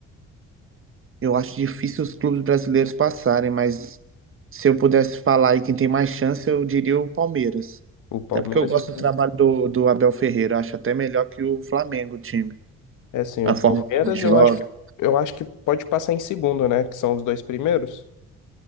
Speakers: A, on the right; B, on the left.
A: Eu acho difícil os clubes brasileiros passarem, mas se eu pudesse falar aí quem tem mais chance, eu diria o Palmeiras.
B: O Palmeiras
A: Até porque eu gosto
B: e o Fla-
A: do trabalho do, do Abel Ferreira, eu acho até melhor que o Flamengo, o time,
B: É sim,
A: a
B: o
A: forma
B: Palmeiras
A: que o time joga.
B: eu acho que eu acho que pode passar em segundo, né? Que são os dois primeiros.